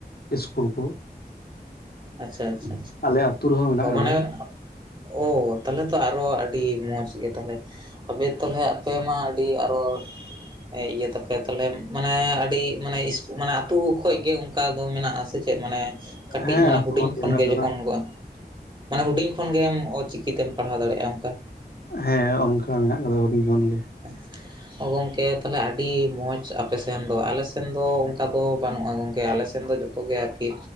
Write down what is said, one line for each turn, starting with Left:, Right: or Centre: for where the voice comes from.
Left: ᱤᱥᱠᱩᱞ ᱠᱚ
Right: ᱟᱪᱪᱷᱟ ᱟᱪᱪᱷᱟ ᱟᱪᱪᱷᱟ
Left: ᱟᱞᱮ ᱟᱹᱛᱩ ᱨᱮᱦᱚᱸ ᱢᱮᱱᱟᱜ
Right: ᱚ
Left: ᱠᱟᱫᱟ
Right: ᱢᱟᱱᱮ ᱳ ᱛᱟᱦᱚᱞᱮ ᱛᱚ ᱟᱨᱚ ᱟᱹᱰᱤ ᱢᱚᱸᱡᱽ ᱜᱮ ᱛᱟᱦᱚᱞᱮ ᱟᱵᱮ ᱛᱟᱦᱚᱞᱮ ᱟᱯᱮᱢᱟ ᱟᱹᱰᱤ ᱟᱨᱚ ᱮ ᱤᱭᱟᱹ ᱛᱟᱯᱮ ᱛᱟᱦᱞᱮ ᱢᱟᱱᱮ ᱟᱹᱰᱤ ᱢᱟᱱᱮ ᱤᱥ ᱢᱟᱱᱮ ᱟᱹᱛᱩ ᱠᱷᱚᱡ ᱜᱮ ᱚᱱᱠᱟ ᱫᱚ ᱢᱮᱱᱟᱜᱼᱟ ᱥᱮ ᱪᱮᱫ ᱢᱟᱱᱮ ᱠᱟᱹᱴᱤᱡ
Left: ᱦᱮᱸ
Right: ᱢᱟᱱᱮ
Left: ᱟᱹᱛᱩ
Right: ᱦᱩᱰᱤᱧ ᱠᱷᱚᱱ
Left: ᱢᱮᱱᱟᱜ
Right: ᱜᱮ
Left: ᱠᱟᱫᱟ
Right: ᱡᱚᱠᱷᱚᱱ ᱠᱚ ᱢᱟᱱᱮ ᱦᱩᱰᱤᱧ ᱠᱷᱚᱱᱜᱮᱢ ᱚᱪᱤᱠᱤᱛᱮᱢ ᱯᱟᱲᱦᱟᱣ ᱫᱟᱲᱮᱭᱟᱜᱼᱟ ᱚᱱᱠᱟ
Left: ᱦᱮᱸ ᱚᱱᱠᱟ ᱢᱮᱱᱟᱜ ᱠᱟᱫᱟ ᱦᱩᱰᱤᱧ ᱠᱷᱚᱱ ᱜᱮ
Right: ' <unintelligible> ᱳ ᱜᱚᱢᱠᱮ ᱛᱟᱦᱚᱞᱮ ᱟᱹᱰᱤ ᱢᱚᱡᱽ ᱟᱯᱮ ᱥᱮᱱ ᱫᱚ ᱟᱞᱮ ᱥᱮᱱ ᱫᱚ ᱚᱱᱠᱟ ᱫᱚ ᱵᱟᱹᱱᱩᱜᱼᱟ ᱜᱚᱢᱠᱮ ᱟᱞᱮ ᱥᱮᱱ ᱫᱚ ᱠᱚ ᱜᱮ‌ ᱟᱠᱤ